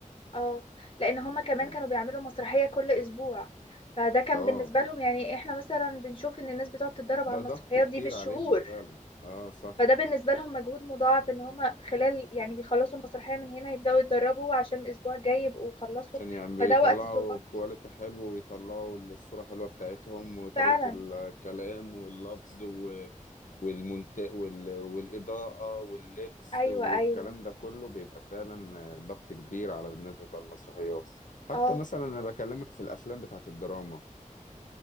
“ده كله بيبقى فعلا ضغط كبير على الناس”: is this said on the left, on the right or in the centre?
Left